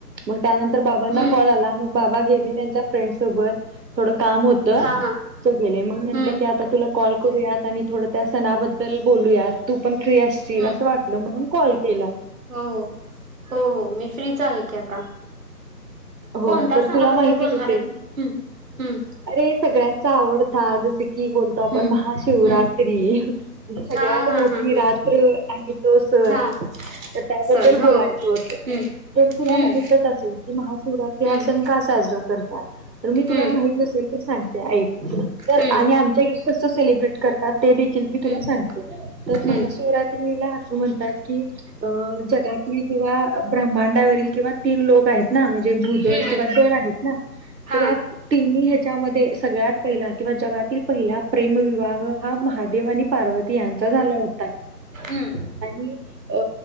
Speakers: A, on the right; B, on the right.
A: मग त्यानंतर बाबांना
B: हम्म
A: कॉल आला, मग बाबा गेले त्यांच्या फ्रेंड सोबत थोडं काम होतं.
B: हा हा
A: तो गेले मंग मी म्हटल
B: हम्म
A: की आता तुला कॉल करूयात आणि थोड त्या सणाबद्दल बोलूयातं. तू पण फ्री असशील
B: हम्म
A: असं वाटलं, म्हणून कॉल केला.
B: हो हो, हो हो मी फ्रीच आहे की आता.
A: हो
B: कोणत्या
A: तर
B: सणाबद्दल
A: तुला माहिती
B: बोलणार
A: असेल
B: आहेतं हूं हूं!
A: अरे सगळ्यांचा आवडता जसे की बोलतो
B: हम्म
A: आपण महाशिवरात्री
B: हम्म हम्म
A: म्हंजे सगळ्यात
B: हा हा
A: मोठी
B: हा हा
A: रात्र की तो सन
B: हा
A: तर त्याबद्दल
B: सण हो
A: बोलायचं
B: हम्म
A: होतं, तरी तुला
B: हम्म
A: माहितच असेल. की महाशिवरात्री हा
B: हम्म
A: सण का साजरा करतात, तर मी तुला
B: हम्म
A: माहित नसेल तर सांगते आयीक तर
B: हम्म
A: आम्ही आमच्याईकड कस सेलिब्रेट करतात ते देखील बी तुला
B: हम्म
A: सांगते तर
B: हम्म
A: महाशिवरा त्री ला अस म्हणतात की अ जगातील किंवा ब्रम्हांडावरील किंवा तीन लोक आहेत ना म्हणजे भूदल
B: हम्म
A: किंवा दल आहेत ना
B: हा
A: तर या तिन्ही ह्याच्यामध्ये सगळ्यात पहिला किंवा जगातील पहिला प्रेमविवाह हा महादेव आणि पार्वती यांचा झाला होता.
B: हूं!
A: आणि अ